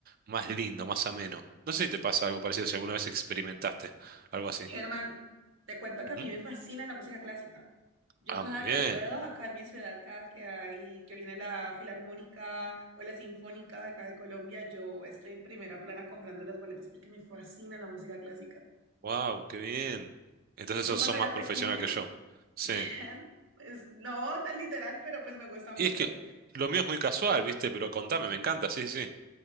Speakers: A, on the right; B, on the right.
A: más lindo, más ameno. No sé si te pasa algo parecido, si alguna vez experimentaste algo así.
B: Germán, te cuento que
A: Ujú.
B: a mí me fascina la música clásica. Yo
A: Ah,
B: cada
A: muy bien.
B: que puedo, acá en mi ciudad, cada que hay, que viene la Filarmónica o la Sinfónica de acá de Colombia, yo estoy en primera plana comprando las boletas porque me fascina la música clásica.
A: wow, qué bien. Entonces
B: Yo
A: sos,
B: cuando
A: sos
B: era
A: más profesional
B: pequeña,
A: que yo. Sí.
B: <laughs> pues no tan literal, pero pues me gusta mucho.
A: Y es que lo mío es muy casual, ¿viste? Pero contame, me encanta, sí, sí. sí.